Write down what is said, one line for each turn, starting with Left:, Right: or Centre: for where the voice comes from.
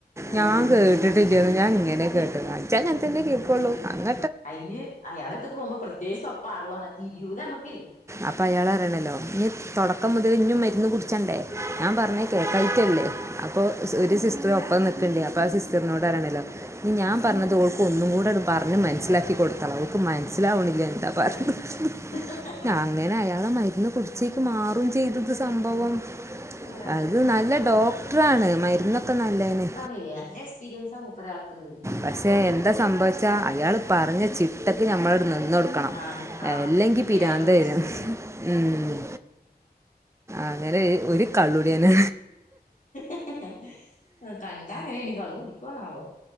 Left: ആഹ്
Right: ഞാൻ കേട്ടിട്ട്ല്ലന്നു ഞാൻ ഇങ്ങനെ കേട്ടത് ഇജ്ജങ്ങൻത്തന്നെ കേക്കോള്ളൂ അങ്ങ
Left: അയിന് അയാളെട്ത്ത്ക്ക് പോവുമ്പോ പ്രത്യേകിച്ച് ഒപ്പം ആളുവേണം തിരിയൂല അമ്മക്കെയ്
Right: അപ്പൊ അയാളറിയണല്ലോ ഇഞ് തൊടക്കം മുതൽ ഇഞ്ഞും മരുന്ന് കുട്ച്ചണ്ടേ ഞാൻ പറഞ്ഞേയ്
Left: ആഹ്
Right: കേക്കായിറ്റല്ലേ അപ്പൊ
Left: ആഹ്
Right: ഒരു സിസ്റ്റർ ഒപ്പം നി ട്ട്ണ്ട് അപ്പാ സിസ്റ്ററിനോടറ്യാണല്ലോ ഇഞ് ഞാൻ പറഞ്ഞത് ഓൾക്ക് ക്കൊന്ന്കൂടണ്ട് പറഞ് മനസിലാക്കി കൊട്താളാ ഓൾക്ക് മനസ്സിലാവ്ന്നില്ല ന്താ പറയുന്നത്ന്ന്
Left: ഉ <inaudible>
Right: ആങ്ങന അയാളെ മര്ന്ന് കുട്ച്ചിക്ക് മാറും ചെയ്ത് അത് സംഭവം
Left: ഏഹ്
Right: അത് നല്ല ഡോക്ടറാണ്. മരുന്നൊക്കെ നല്ലെയ്ന്നെ
Left: ഏല്ല എസ്പീരിയൻസാ മൂപ്പരാൾക്ക്.
Right: പക്ഷേ എന്താ സംഭവിച്ചാൽ അയാൾ പറഞ്ഞ ചിട്ടക്ക് ഞമ്മളങ്ങണ്ട് നിന്നൊട്ക ക്കണം
Left: ആഹ് നിക്കണം
Right: അല്ലെങ്കി
Left: ഇല്ലെങ്കി
Right: പിരാന്തെരും
Left: അയാൾക്ക് ദേഷ്യം വരും
Right: ഉം അങ്ങനെയ് ഒര് കള്ളൂട്യെന
Left: <inaudible> കണ്ടാ അങ്ങനേനി. കള്ള് കുടിക്ക്വാണാവൊ